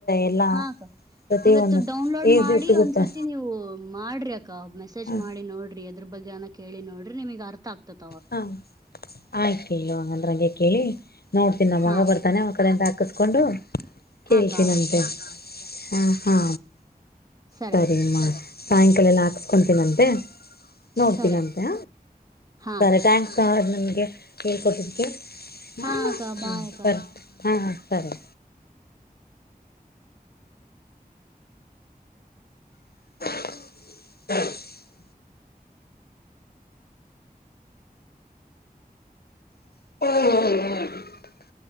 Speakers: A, on the left; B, on the right.
A: ಎಲ್ಲಾ
B: ಹಾಕ್ಕ
A: ಪ್ರತಿ
B: ಇವತ್ತು
A: ಒಂದು
B: ಡೌನ್ಲೋಡ್
A: ಈಸಿ
B: ಮಾಡಿ
A: ಸಿಗುತ್ತೆ
B: ಒಂದ್ಸರ್ತಿ ನೀವು ಮಾಡ್ರಿ ಅಕ್ಕ ಮೆಸೇಜ್
A: ಹ
B: ಮಾಡಿ ನೋಡ್ರಿ ಅದ್ರ ಬಗ್ಗೆ ಅನಕ್ ಕೇಳಿ ನೋಡ್ರಿಮಗ್ ಅರ್ಥ ಆಗ್ತದೆ
A: ಹಾ ಆಯ್ತುಲ್ಲೋ ಅ ನಗೆ ಕೇಳಿ ನೋಡ್ತೀನಿ ನನ್
B: ಹಾ
A: ಮಗ ಬರ್ತಾನೆ ಅವಗ ಕರೆನ್ಸ್ ಹಾಕ್ಸ್ ಕಸ್ಕೊಂಡು
B: ಹಾ
A: ಕೇಳ್ತೀನಂತೆ
B: ಅಕ್ಕ ಅಕ್ಕ ಸರಿ ಅಕ್ಕ,
A: ಹ ಹಾ
B: ಸರಿ
A: ಸರಿಮ್ಮ
B: ಅಕ್ಕ
A: ಸಾಯಂಕಾಲ ಎಲ್ಲಾ ಹಾಕ್ಸ್ಕೊಂತೀನಂತೆ ನೋಡ್ತೀನ
B: ಸರಿ ಅಕ್ಕ
A: ಅಂತೆ
B: ಹಾ
A: ಸರಿ
B: ಅಕ್ಕ
A: ಥ್ಯಾಂಕ್ಸ್ ನ ನಗೆ ಹೇಳ್ಕೊಟ್ಟಿದ್ದಕ್ಕೆ
B: ಹಾ
A: ಅಮ್ಮ
B: ಅಕ್ಕ ಬಾಯ್ ಅಕ್ಕ
A: ಸರಿ ಹಾ ಹಾ ಸರೆ ಚು ಚು ಹ್ಮ ಹ ಹ